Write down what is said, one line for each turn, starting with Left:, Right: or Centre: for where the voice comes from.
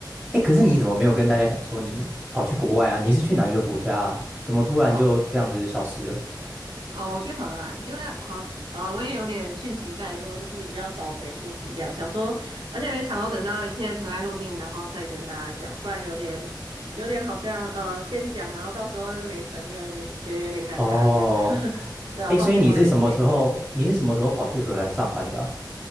Centre: 哎，可是你怎么没有跟大家讲说你跑去国外啊？你是去哪一个国家啊？怎么突然就这样子消失了？
Right: 哦哦，我去荷兰，因为好好了，我也有点讯息怠惰，就是比较少回讯息，这样想说，而且也想要等到一切尘埃落定，然后再跟大家讲，不然有点有点好像呃先讲，然后到时候又没成，又有点觉得有点尴尬这样。
Centre: 哦，
Right: <laughs> 对啊，
Centre: 哎，
Right: 抱歉抱歉，
Centre: 所以你是什么时候？
Right: 失联一阵子。
Centre: 你是什么时候跑去荷兰上班的啊